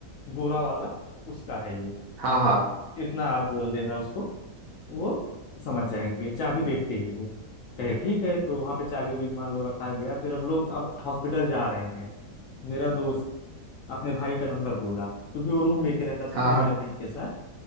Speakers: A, on the left (about 70°); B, on the right (about 70°).
A: गोरा वाला उसका है ये
B: हाँ हाँ
A: इतना आप बोल देना उसको वो समझ जाएंगे चाबी देखते ही वो कहे ठीक है तो वहां पे चाबी उबी मान लो रखा गया फिर हम लोग अब हॉस्पिटल जा रहे हैं मेरा दोस्त अपने भाई का नंबर बोला क्योंकि वो रूम लेके रहता था
B: हाँ
A: अपने
B: हाँ
A: बड़े भाई के साथ